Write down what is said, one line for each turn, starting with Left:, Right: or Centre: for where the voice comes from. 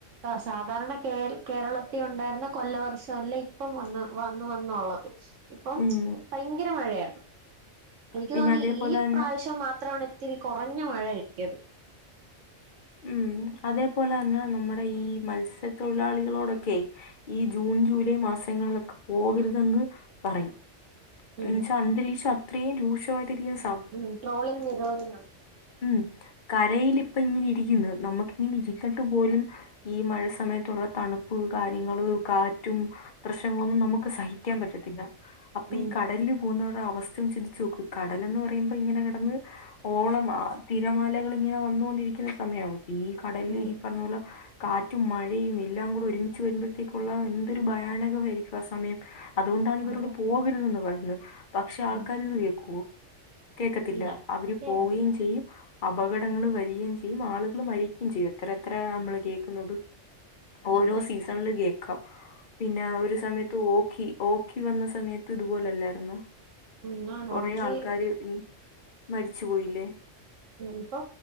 Right: സാധാരണ കേ കേരളത്തി ഒണ്ടാര്ന്നാ കൊല്ല വർഷം അല്ല ഇപ്പം വന്ന് വന്ന് ഒള്ളത് ഇപ്പം
Left: ഉം
Right: ബയങ്കര മഴയാണ് എനിക്ക്
Left: പിന്നെ
Right: തോന്ന്
Left: അതേപോലെ
Right: ഇ ഈ
Left: തന്നെ
Right: പ്രാവശ്യം മാത്രാണ് ഇത്തിരി കൊറഞ്ഞ മഴ കിട്ടിയത്
Left: ഉം അതേ പോലെ തന്നെ നമ്മടെ ഈ മത്സ്യത്തൊഴിലാളികളോ ഒടൊക്കെ ഈ ജൂൺ ജൂലൈ മാസങ്ങളിലൊക്കെ പോകര്തെന്ന് പറയും
Right: ഉം
Left: എന്ന് വെച്ചാ അന്തരീക്ഷം അത്രയും രൂക്ഷമായിട്ടിരിക്ക്ന്നാ
Right: ഉ ട്രോളിംങ് നിരോധനം
Left: ഉം കരേല് ഇപ്പം ഇങ്ങനെ ഇരിക്ക്ന്ന് നമ്മക്ക് ഇങ്ങനെ ഇര്ന്നിട്ട് പോലും ഈ മഴ സമയത്ത് ഒള്ള തണുപ്പ് കാര്യങ്ങളു കാ റ്റും പ്രശ്നങ്ങളൊന്നും നമ്മക്ക് സഹിക്ക്യാൻ പറ്റത്തില്ല അപ്പേ
Right: ഉം
Left: ഈ കടലിലൂം പോന്നാവറേ അവസ്ഥ ഒന്ന് ചിന്തിച്ച് നോക്ക് കടലാ എന്ന് പറയ്മ്പോ ഇങ്ങനെ കെടന്ന് ഓളം ആഹ് തിരമാല ള് ഇങ്ങനെ വന്നൊണ്ടിരിക്ക്ന്നാ സമയവും ഇപ്പെ ഈ കടലില്
Right: ഉം
Left: ഈ പറഞ്ഞോലെ കാറ്റും മഴയും എല്ലാം കൂടെ ഒര്മിച്ച് വെരുമ്പോഴത്തേക്കോള്ള എന്തൊരു ബയാനകമായിരിക്കും ആഹ് സമയം അത് കൊണ്ടാണ് ഇവരോട്
Right: അതെ
Left: പോകര്തോന്ന് പറയ്ന്നത് പശേ ആൾക്കാര്
Right: ഉം
Left: ഇത് കേക്കൂവേ കേക്കത്തില്ല
Right: ഇല്ല
Left: അവര്
Right: കേക്കത്തില്ല
Left: പോയി ചെയ്യും അപകടങ്ങള് വെരികയും ചെയ് ആളുകള് മരിക്ക്യായും ചെയ്യം എത്ര എത്ര നമ്മള് കേക്ക്ന്നാത് ഓരോ
Right: അതെ
Left: സീസാ കള് കേക്കാം പിന്നെ ഒര് സമയത്ത് ഒ കി ഓക്കി വന്നാ സമയത്ത് ഇത് പോലേ അല്ലാര്ന്നോ
Right: ഉം ആ
Left: കൊറെ
Right: നോക്കി
Left: ആൾക്കാര് മ മരിച്ച് പോയില്ലോ
Right: ഇപ്പൊ